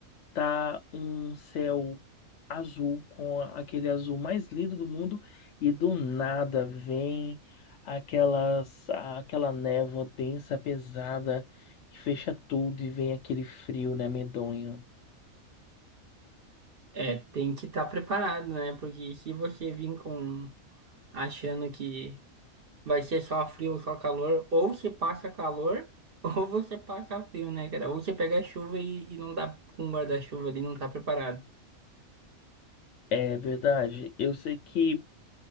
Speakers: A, on the left (about 65°); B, on the right (about 45°).
A: tá um céu azul com aquele azul mais lindo do mundo e do nada vem aquelas aquela névoa densa, pesada e fecha tudo e vem aquele frio, né, medonho.
B: É, tem que estar preparado, né? Porque se você vir com achando que vai ser só frio ou só calor, ou você passa calor, <laughs> ou você passa frio, né, cara? Ou você pega chuva e, e não tá com um guarda-chuva ali, não tá preparado.
A: É verdade. Eu sei que